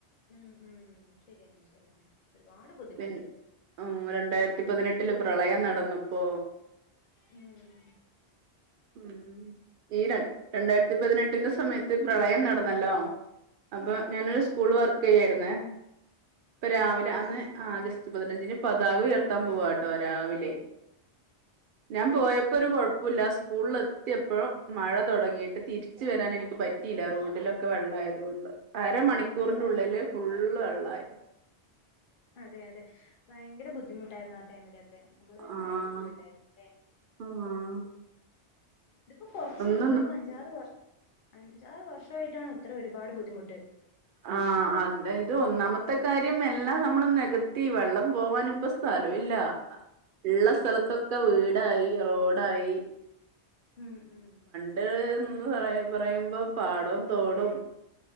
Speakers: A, on the left; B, on the right.
A: ഉം ഉം ശെര്യന്നെ ശെര്യെന്നെ ഒരുപാട് ബുദ്ധിമുട്ടി
B: പിൻ ഉം രണ്ടായിരത്തി പതിനെട്ടില് പ്രളയം നടന്നപ്പോ
A: ഉം
B: ഉം ഈ ര രണ്ടായ്ര്ത്തി പതിനെട്ടിന്റെ സമയത്ത് പ്രളയം നടന്നല്ലോ അപ്പം
A: ആഹ്
B: ഞാനൊരു
A: ആഹ്
B: സ്കൂൾ വർക്കെയ്യായ്ര്ന്നേ അപ്പൊ രാവിലെ അന്ന്
A: ആഹ്
B: ആഗസ്
A: ആഹ്
B: റ്റ് പതിനഞ്ചിന് പതാക ഉയർത്താൻ പോവാട്ടോ രാവിലെ ഞാൻ പോയപ്പൊരു
A: അതെ അതെ
B: കൊയ പ്പുല്ലാ സ്കൂൾലെത്ത്യപ്പോ മഴ തൊടങ്ങിയിട്ട് തിര്ച്ച് വെരാനെനിക്ക് പറ്റിയിലാ റോഡ്ലൊ ക്കെ വെള്ളായതോണ്ട് അരമണിക്കൂറിന്റുള്ളില് ഫുള്ള് വെള്ളായി
A: അതെ അതെ ഭയ്ങ്കര ബുദ്ധിമുട്ടായ്ര്ന്നു ആ ടൈമിലൊക്കെ നമ്മളൊരുപാട്
B: ആഹ്
A: കഷ്ടപ്പെട്ടേ ലേ
B: ആഹ്
A: ഇതിപ്പോ കൊറ്ച്ചിതിപ്പൊരു
B: ഒന്നും
A: അഞ്ചാറ് വർ അഞ്ചാറ് വർഷായിട്ടാണ് ഇത്ര ഒരുപാട് ബുദ്ധിമുട്ട്
B: ആഹ് അതായത് ഒന്നാമത്തെ കാര്യം എല്ലാം നമ്മൾ നെകത്തി വെള്ളം പോവാനും പ്പ സ്ഥലൂല്ല ള്ള സ്ഥെലത്തൊക്കെ വീടായി റോഡായി
A: ഉം ഉം
B: ഏഹ് ന്ന് പറ പറയുമ്പോ പാടും തോടും